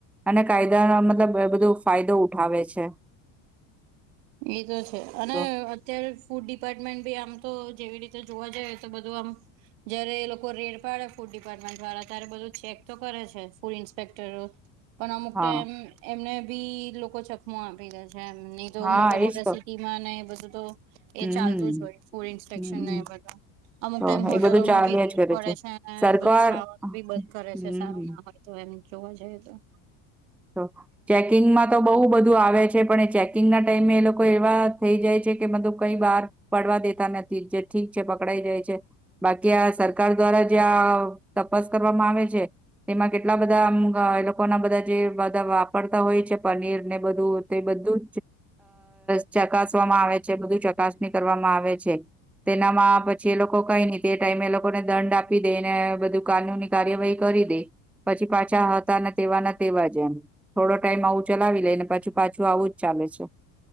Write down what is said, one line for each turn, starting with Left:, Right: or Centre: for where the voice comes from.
Centre: અને કાયદાનો મતલબ બધો ફાયદો ઉઠાવે છે.
Right: એતો છે અને
Centre: તો
Right: અત્યારે ફૂડ ડિપાર્ટમેન્ટ ભી આમ તો જેવી રીતે જોવા જાય તો બધું આમ જયારે એ લોકો રેડ પાડે ફૂડ ડિપાર્ટમેન્ટ વાળા ત્યારે બધું ચેક તો કરે છે ફૂડ ઇન્સ્પેક્ટરો. પણ અમુક
Centre: હા
Right: ટાઈમ એમ એમને બી લોકો ચકમો આપી દે છે એમ નહી તો
Centre: હા
Right: મોટા મોટા
Centre: એજ તો
Right: સી ખીમા ને એ બધું તો
Centre: હમ
Right: એ ચાલતું જ હોય ફૂડ ઇન્સ્પેક્શન
Centre: હમ
Right: ને બધું. અમુક
Centre: તો
Right: ટાઈમ હોટલોમાં
Centre: એ બધું ચાલ્યા
Right: બી રેડ
Centre: જ કરે
Right: પડે છે અને
Centre: સરકાર
Right: બધું ખાવાનું બી બંધ કરે
Centre: હમ
Right: છે સારું ના હોય. તો એમ જોવા જઈએ તો.
Centre: તો ચેકિંગમાં તો બહુ બધું આવે છે પણ એ ના ટાઈમે એ લોકો એવા થઈ જાય છે. કે મતલબ કઈ બાર પડવા દેતા નથી જે ઠીક છે પકડાઈ જાય છે. બાકી આ સરકાર દ્વારા જે આ તપાસ કરવામાં આવે છે, તેમાં કેટલા બધા આ એ લોકો ના બધા જે બધા વાપરતા હોય છે પનીર ને બધું તે બધું જ અ ચકાસવામાં આવે છે બધું ચકાસણી કરવામાં આવે છે. તેનામાં પછી એ લોકો કઈ નહી તે એ ટાઈમે એ લોકોને દંડ આપી દેને બધું કાનૂની કાર્યવાહી કરી દે પછી પાછા હતા ને તેવા ના તેવા જ. જેમ થોડો ટાઈમ આવું ચલાવી લેય ને પાછું પાછું આવું જ ચાલે છે.